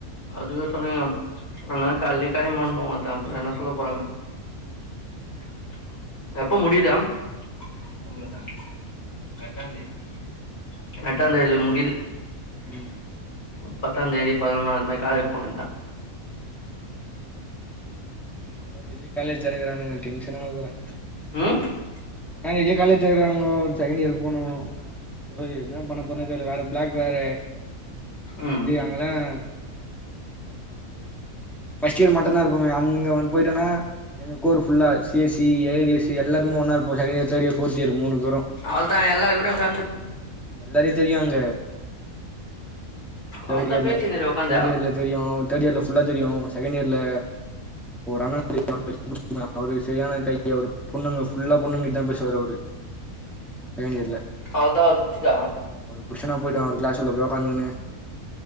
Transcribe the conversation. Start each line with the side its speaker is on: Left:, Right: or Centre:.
Left: அதுவே சொல்லுங்க <inaudible> ஆனா கால்லே கெளம்பி வந்துடுவோம் தான் அப்புறம் ஏதாவதுசொல்ல போறாங்கனு
Centre: <inaudible>
Left: <inaudible> எப்ப முடியுதோ <inaudible> அவ்வளவுதான் <inaudible> <unintelligible> கட்டாந்தேதி <inaudible> எட்டான் தேதி முடியுது
Centre: ம்
Left: <inaudible> பத்தான் தேதி பதனொன்னு காது போனதுதான் <inaudible>
Centre: <inaudible> ஒன்னா தேதியே காலேஜ் தொறக்குறான்னுங்க டென்ஷன் ஆவுதுடா
Left: ஹம் <unintelligible>
Centre: ஒன்னா தேதியே காலேஜ் தெறக்கறானுங்கோ செகண்ட் இயர் போனும் ஓய் என்ன பண்ண போறனே தெரியல வேற பிளாக் வேற அங்கிருந்து
Left: ம்
Centre: அங்கலாம் <unintelligible> கீழ மட்டும் தான் இருப்போமே அங்க போயிட்டோனா எங்க கோர்புல்லா சிஎஸ்சி ஏடிஏஸ்சி எல்லாருமே ஒன்னா இருப்போம் second year third year fourth year மூணுமே ஒண்ணா
Left: அவ்தா எல்லாம் விட க
Centre: எல்லாரையும் தெரியாங்க தேர்ட்
Left: அவள்தா
Centre: இயர்ல
Left: பேசினுரு உக்காந்து
Centre: தேர்ட் இயர்ல தெரியும் தேர்ட் இயர் ஃபுல்லா தெரியும் செகண்ட் இயர்ல ஒரு அண்ணனா அவரு சரியான கை அவர் பொண்ணுங்க ஃபுல்லா பொண்ணுங்கிட்டு தான் பேசுவாரு அவரு செகண்ட் இயர்ல
Left: அவ்ளதா அவர புட்சிக்க
Centre: புஷ்ஷனா போய்டு அவரு கிளாஸ் உள்ள போய் உக்காந்துகினு